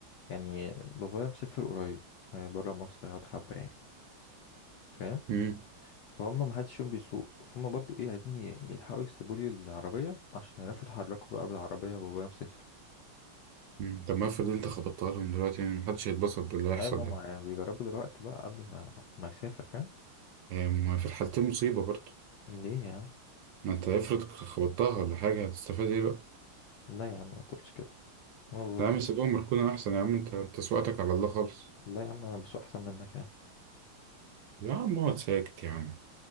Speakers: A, on the left; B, on the right.
A: يعني بابايا مسافر قريب بره مصر هيقعد حبة يعني فاهم
B: مم.
A: فهم ما حدش فيهم بيسوق فهم برضو ايه عايزين ي- يلحقوا يسيبوا لي العربية عشان يعرفوا يتحركوا بقى بالعربية وبابايا مسافر
B: مم. طب ما افرض انت خبطتها لهم دلوقتي يعني محدش هيتبسط باللي هيحصل
A: ايوه ما هم
B: ده
A: يعني بيجربوا دلوقتي بقى قبل ما ما يسافر فاهم
B: آه، ما في الحالتين مصيبة برضه
A: ليه يا عم
B: ما انت افرض خبطتها ولا حاجة هتستفاد ايه بقى
A: لا يا عم ما تقولش كده هو
B: لا
A: بص
B: يا عم سيبهم مركونة احسن يا عم انت انت سواقتك على الله خالص
A: لا يا عم انا بسوق احسن منك يا عم
B: يا عم اقعد ساكت يا عم